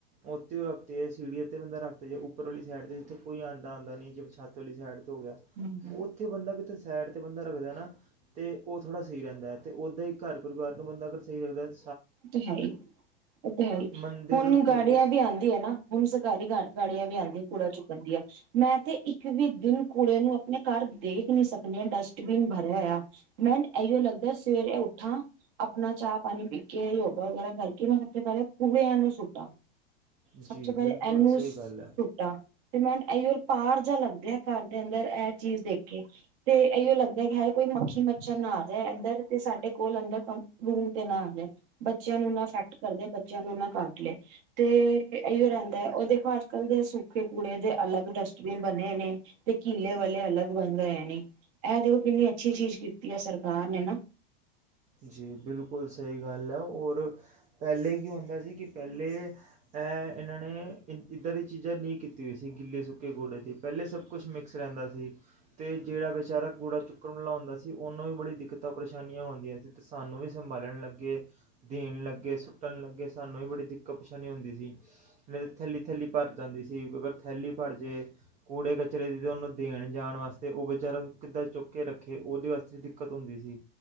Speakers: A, on the right (about 25°); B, on the right (about 45°).
A: ਉੱਥਤੇ ਉਹ ਰੱਖਤੇ ਸੀੜੀ 'ਤੇ ਬੰਦਾ ਰੱਖਦਾ ਜੇ ਉੱਪਰ ਵਾਲੀ ਸਾਈਡ ' ਜਿੱਥ ਕੋਈ ਆਉਂਦਾ-ਆਉਂਦਾ ਨਹੀਂ ਛੱਤ ਵਾਲੀ ਸਾਈਡ ਹੋ ਗਿਆ,
B: ਹਮ
A: ਉੱਥੇ ਬੰਦਾ ਕਿੱਥੇ ਸਾਈਡ 'ਤੇ ਬੰਦਾ ਰੱਖਦਾ ਨਾ, ਤੇ ਉਹ ਥੋੜ੍ਹਾ ਸਹੀ ਰਹਿੰਦਾ। ਤੇ ਉੱਦਾਂ ਹੀ ਘਰ ਪਰਿਵਾਰ ਨੂੰ ਬੰਦਾ ਅਗਰ ਸਹੀ ਰਖਦਾ ਤੇ
B: ਤੇ ਹੈ ਹੀ, ਤੇ ਹੈ ਹੀ
A: ਮੰਦਿਰ
B: ਹੁਣ
A: ਗੁਰਦੁ
B: ਗਾੜੀਆਂ ਵੀ ਆਉਂਦੀ ਹੈ ਨਾ ਹੁਣ ਸਰਕਾਰੀ ਗਾੜੀਆਂ ਵੀ ਆਉਂਦੀਆਂ ਕੂੜਾ ਚੁੱਕ ਵਧੀਆ,। ਮੈਂ ਤੇ ਇੱਕ ਵੀ ਦਿਨ ਕੂੜੇ ਨੂੰ ਆਪਣੇ ਘਰ ਦੇਖ ਨੀ ਸਕਦੀ ਡਸਟਬਿਨ ਭਰਿਆ ਹੋਇਆ, ਮੈ ਇਹੀੋ ਲੱਗਦਾ ਸਵੇਰੇ ਉੱਠਾਂ ਆਪਣਾ ਚਾਹ ਪਾਣੀ ਪੀ ਕੇ ਯੋਗਾ ਵਗੈਰਾ ਕਰਕੇ ਮੈਂ ਸਭ ਤੋਂ ਪਹਿਲਾਂ ਕੂੜਿਆਂ ਨੂੰ ਸੁਟਾਂ।
A: ਜੀ
B: ਸਭ ਪਹਿਲੇ
A: ਬਿਲਕੁਲ
B: ਐਨੂ
A: ਸਹੀ
B: ਸੁਟਾ
A: ਗੱਲ ਹੈ
B: ਤੇ ਮੈ ਅਇਯੋ ਭਾਰ ਜਾ ਲੱਗਦੇ ਆ ਘਰ ਦੇ ਅੰਦਰ ਇਹ ਚੀਜ਼ ਦੇਖੇ ਕੇ, ਤੇ ਅਇਯੋ ਲੱਗਦਾ ਕਿ ਹਾਏ ਕੋਈ ਮੱਖੀ -ਮੱਛਰ ਨਾ ਆ ਜਾਏ ਅੰਦਰ ਤੇ ਸਾਡੇ ਕੋਲ ਅੰਦਰ ਰੂਮ ਤੇ ਨਾ ਆ ਜਾਏ। ਬੱਚਿਆਂ ਨੂੰ ਨਾ ਅਫੈਕਟ ਕਰਦੇ ਬੱਚਿਆਂ ਨੂੰ ਨਾ ਕਟ ਲਏ, ਤੇ ਇਓ ਰਹਿੰਦਾ ਹੈ ਉਹ ਦੇਖੋ ਅੱਜ-ਕੱਲ ਦੇ ਸੁਖੇ ਕੂੜੇ ਦੇ ਅਲੱਗ ਡਸਟਬਿਨ ਬਣੇ ਨੇ ਤੇ ਗੀਲੇ ਵਾਲੇ ਅਲੱਗ ਬਣ ਗਏ ਨੇ ਇਹ ਦੇਖੋ ਕਿੰਨੀ ਅੱਛੀ ਚੀਜ਼ ਕੀਤੀ ਹੈ ਸਰਕਾਰ ਨੇ ਨਾ।
A: ਜੀ ਬਿਲਕੁਲ ਸਹੀ ਗੱਲ ਹੈ। ਔਰ ਪਹਿਲੇ ਕੀ ਹੁੰਦਾ ਸੀ ਕਿ ਪਹਿਲੇ ਇਹਨਾਂ ਨੇ ਇ ਇੱਦਾਂ ਦੀ ਚੀਜ਼ਾਂ ਨਹੀਂ ਕੀਤੀ ਹੋਈ ਸੀ, ਗਿੱਲੇ ਸੁੱਕੇ ਕੂੜੇ ਦੀਤੇ ਪਹਿਲੇ ਸਭ ਕੁਛ ਮਿਕਸ ਰਹਿੰਦਾ ਸੀ ਅਤੇ ਜਿਹੜਾ ਬੇਚਾਰਾ ਕੂੜਾ ਚੁੱਕਣ ਵਾਲਾ ਹੁੰਦਾ ਸੀ, ਉਹਨਾਂ ਨੂੰ ਵੀ ਬੜੀ ਦਿੱਕਤਾਂ ਪਰੇਸ਼ਾਨੀਆਂ ਔੰਦੀਆਂ ਸੀ। ਅਤੇ ਸਾਨੂੰ ਵੀ ਸੰਭਾਲਣ ਲੱਗੇ ਦੇਣ ਲੱਗੇਖ, ਸੁੱਟਣ ਲੱਗੇ ਸਾਨੂੰ ਵੀ ਬੜੀ ਦਿੱਕਤ ਪਰੇਸ਼ਾਨੀ ਹੁੰਦੀ ਸੀ, ਨਹੀਂ ਤਾਂ ਥੈਲੀ-ਥੈਲੀ ਭਰ ਜਾਂਦੀ ਸੀ ਅਗਰ ਥੈਲੀ ਭਰ ਜੇ ਕੂੜੇ-ਕਚਰੇ ਦੀ ਤਾਂ ਉਹਨੂੰ ਦੇਣ ਜਾਣ ਵਾਸਤੇ ਉਹ ਵਿਚਚਾਰਾ ਕਿੱਦਾਂ ਚੁੱਕ ਕੇ ਰੱਖੇ ਉਹਦੇ ਵਾਸਤੇ ਵੀ ਦਿੱਕਤ ਹੁੰਦੀ ਸੀ।